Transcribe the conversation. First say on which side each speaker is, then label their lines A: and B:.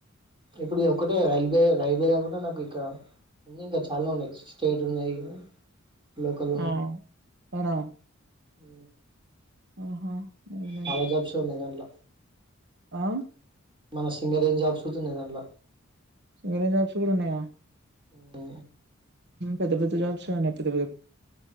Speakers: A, on the right (about 25°); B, on the right (about 50°).
A: ఇప్పుడు ఒక్కటే రైల్వే రైల్వే కాకుండా నాకు ఇక ఉన్నాయి ఇంకా చాలా ఉన్నాయి స్టేట్ ఉన్నాయి లోకల్
B: ఆ పోయినవ
A: ఉ
B: ఆహా నైస్ నైస్.
A: చాలా జాబ్స్ ఉన్నాయి దాంట్లో
B: ఆ
A: మన సింగల్ ఏం జాబ్స్తున్నాయి దాంట్లో
B: వేరే జాబ్స్ కూడా ఉన్నాయా
A: ఓ
B: పెద్ద పెద్ద జా స అ పెద్ద